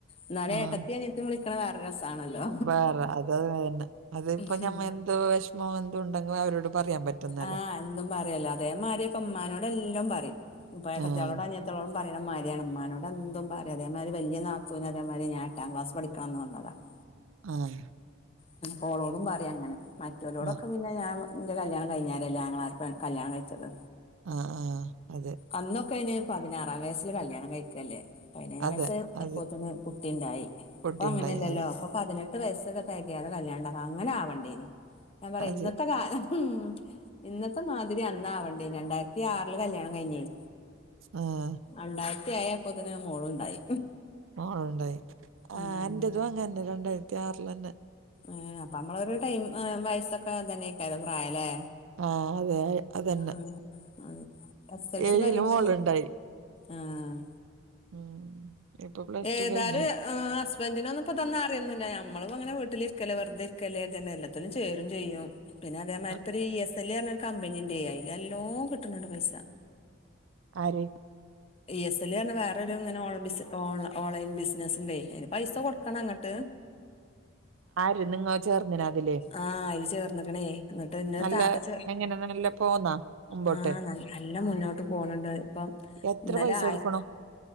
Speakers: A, on the left; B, on the right.
A: ഇന്നാലും
B: ആഹ്
A: ഏട്ടത്തിം അനിയത്തിം വിളിക്കണത് വേറെ രസാണല്ലോ.
B: വേറെ അതെ അതെന്നെ അതിപ്പ
A: ഉഹും.
B: ഞമ്മ എന്ത് വെഷമം എന്തുണ്ടെങ്കി അവരോട് പറയാൻ പറ്റുന്നല്ലേ
A: ആഹ് എന്തും പറ്യാലോ അതേമാരിയപ്പമ്മാനോട് എല്ലോം പറിം. പ്പ ഏട്ടത്യാളോടും
B: ആഹ്
A: അനിയത്യാളോടൊന്നും പറയ്ണ മാര്യാണ്. ഇമ്മാനോട് എന്തും പറയ അതേമാതിരി വല്യ നാത്തൂന് അതേമാതിരി ഞാൻ എട്ടാം ക്ലാസ് പഠിക്ക്ണ അന്ന് വന്നതാ. <inaudible>
B: ആഹ്
A: പിന്നെ പ്പോളോടും പറിം അങ്ങനെ മറ്റൊലോടൊക്കെ
B: ആഹ്
A: പിന്നെ ഞാൻ ഇന്റെ കല്യാണം കഴിഞ്ഞാരല്ലേ ആങ്ങളാരൊക്കെ കല്യാണം കഴിച്ചത്.
B: ആഹ് ആഹ് അതെ.
A: അന്നൊക്കെ അയിന് പതിനാറാം വയസ്സില് കല്യാണം കഴിക്കല്ലേ. പയ്നേഴാംവയസ്സ്
B: അതെ അതെ
A: അപ്പോത്തിന് കുട്ടിണ്ടായി ഇപ്പൊ
B: കുട്ടിയുണ്ടായി
A: അങ്ങനല്ലല്ലോ.
B: അതെ
A: ഇപ്പം പതിനെട്ട് വയസ്സൊക്കെ തെകയാതെ കല്യാണണ്ടാക്ക, അങ്ങനെ ആവണ്ടേനി ഞാൻ പറയാ
B: അതെ
A: ഇന്നത്തെ കാലം ഹും ഇന്നത്തെ മാതിരി അന്നാവണ്ടീനി. രണ്ടായിരത്തി ആറില് കല്യാണം കഴിഞ്ഞെയ്.
B: ആഹ്
A: അണ്ടായ്രത്തി ഏയായ്പ്പോത്തിന് മോളുണ്ടായി.
B: മോളുണ്ടായി. ഹ്
A: ഉം
B: എന്റതും അങ്ങനന്നെ രണ്ടായിരത്തി ആറിലന്നെ.
A: ഏഹ് അപ്പൊ നമ്മളൊരു ടൈം ആം വയസ്സൊക്കെ തന്നേക്കാരം പ്രായ ലേ.
B: ആഹ് അതെ അതന്നെ
A: ആഹ് ഉം എസ് എൽ
B: ഏഴില്
A: സി പരീക്ഷ
B: മോളുണ്ടായി
A: ആഹ്
B: ഉം ഇപ്പൊ പ്ലസ്
A: ഏതായാലും
B: ടു കഴിഞ്ഞത്
A: ആഹ് ഹസ് ബെൻ്റിനൊന്നും ഇപ്പതൊന്നും അറിയൊന്നുല്ല. ഞമ്മളും അങ്ങനെ വീട്ടിലിരിക്കല്ലേ വെർതെ ഇരിക്കല്ലേര്തിയാണ്ട് എല്ലത്തിലും ചേരും ചെയ്യും. പിന്നെ അതേമായ്രി
B: ആ,
A: ഇപ്പൊര് ഇ എസ് എൽ പർഞ്ഞൊരു കമ്പനിണ്ടേ. അയ്ല് നല്ലോ കിട്ടണ് ണ്ട് പൈസ.
B: ആര്?
A: ഇ എസ് എൽ പർഞ്ഞാ വേറൊരു ഇങ്ങനെ ഓൺ ബിസ് ഓൺലാ ഓൺലൈൻ ബിസിനസ്സ്ണ്ടെയ്. അയ്ന് പൈസ കൊടുക്കണം അങ്ങട്ട്.
B: ആര് നിങ്ങ ചേർന്നിന അതില്
A: ആഹ് അയ്ല് ചേർന്ന്ക്ണേ എന്നിട്ട് ഇന്നൊരു
B: നല്ല
A: താത്ത ചേർ
B: എങ്ങനെ നല്ല പോന്നാ മുമ്പോട്ട്
A: ആഹ് നൽ നല്ലം മുന്നോട്ട് പോണ് ണ്ട് ഇപ്പം.
B: എത്ര
A: ഇന്നലെ
B: പൈസ
A: ആയി
B: കൊടുക്കണു